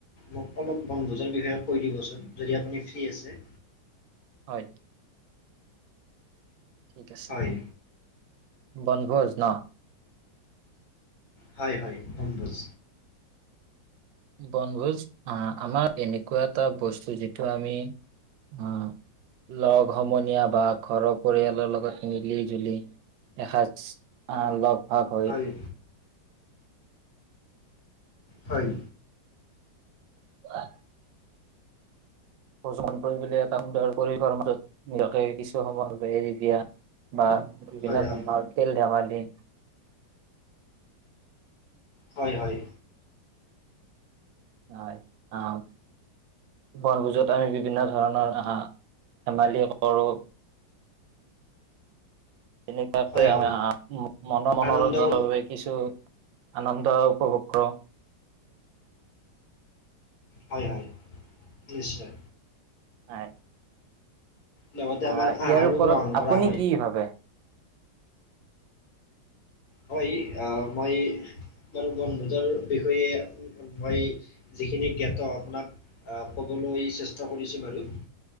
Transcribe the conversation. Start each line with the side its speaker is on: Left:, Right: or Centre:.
Left: মোক অলপ বনভোজৰ বিষয়ে কৈ দিবচোন যদি আপুনি ফ্ৰী আছে।
Right: হয়। ঠিক আছে
Left: হয়
Right: বনভোজ ন।
Left: হয় হয় বনভোজ।
Right: বনভোজ আহ আমাৰ এনেকুৱা এটা বস্তু যিটো আমি আহ লগ সমনীয়া বা ঘৰৰ পৰিয়ালৰ লগত মিলি জুলি এসাজ আল লগ ভাগ হওক
Left: হয়। হয়।
Right: আ প্ৰচমন পৰিলে এটা সুন্দৰ পৰিৱাৰ মাজত নিজকে কিছু সময় এৰি দিয়া। বা বিনা
Left: হয় হয়
Right: ধ তেল ধেমালি
Left: হয় হয়।
Right: হয় আও বনভোজত আমি বিভিন্ন ধৰণৰ হা ধেমালি কৰোঁ তেনেকুৱাকে
Left: হয়
Right: আমি
Left: হয়
Right: মন মনোৰঞ্জনৰ
Left: আনন্দও
Right: বাবে কিছু আনন্দ উপভোগ কৰো।
Left: হয় হয় নিশ্চয়।
Right: হয়।
Left: লগতে
Right: আ
Left: আমাৰ
Right: ইয়াৰ
Left: আহাৰো
Right: ওপৰত
Left: গ্ৰহণ কৰা
Right: আপুনি
Left: হয়
Right: কি ভাবে?
Left: হয় ই আ মই বাৰু বন্ধুতৰ বিষয়ে মই যিখিনি জ্ঞাত আপোনাক আহ ক'বলৈ চেষ্টা কৰিছো বাৰু